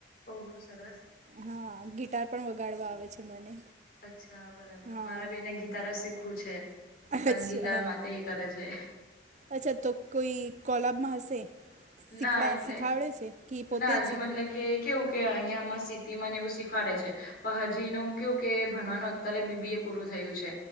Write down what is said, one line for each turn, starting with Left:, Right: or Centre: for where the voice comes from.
Left: ઓહો સરસ.
Right: હા ગિટાર પણ વગાડવા આવે છે મને.
Left: અચ્છા બરાબર
Right: હા
Left: મારા બેનને ગીટાર જ શીખવું છે એ પણ
Right: અચ્છા
Left: ગીટાર
Right: હા
Left: માટે કરે છે
Right: અચ્છા તો કોઈ કોલાબમાં હશે
Left: ના
Right: શીખ
Left: એટલે
Right: શીખાવડે છે કે પોતે
Left: ના હજી
Right: જ શીખડે
Left: મતલબ કે કેવું કે અહિયાંમાં સ્થિ ને એવું શીખવાડે છે પ હાજી ન કેવું કે ભણવાનું અત્યારે બીબી એ પૂરું થયું છે